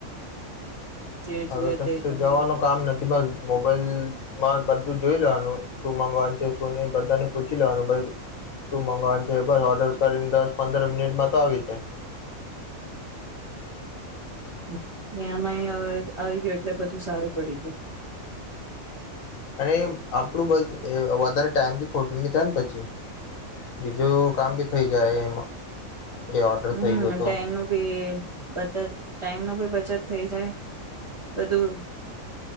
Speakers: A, on the right (about 25°); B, on the left (about 70°).
A: જે
B: હવે
A: જોએ
B: કસ્સે
A: તે તમને
B: જવાનું કામ નથી, બધ મોબાઈલમાં બધ તો જોઈ લેવાનું, શું મગાવવાનું છે શું નહીં, બધાને પૂછી લેવાનું શું મગાવવાનું છે, બસ ઓર્ડર કરીને દસ પંદર મિનિટમાં તો આવીજ જાય
A: <inaudible> એમાં આવી ગયુ એટલે બધું સારું પડી ગયું.
B: અને આપણું <unintelligible> વધારે ટાઈમ બી ખોટું ની થાય ને પછી, બીજું કામ ભી થઈ જાય, એમાં એ ઓર્ડર
A: હમ્મ,
B: થઈ ગયો
A: ટાઈમનું
B: તો
A: ભી બચત, ટાઈમનું ભી બચત થઈ જાય બધું.